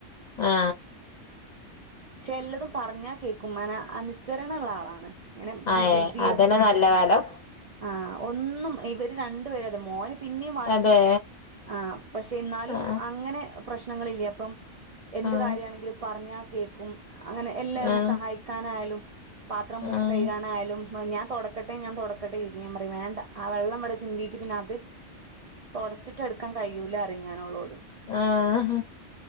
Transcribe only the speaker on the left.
ആ
അയേ
അതന്നെ നല്ല കാലം
അതെ
ആഹ്
ആഹ്
ആഹ്
ആഹ്
ആഹ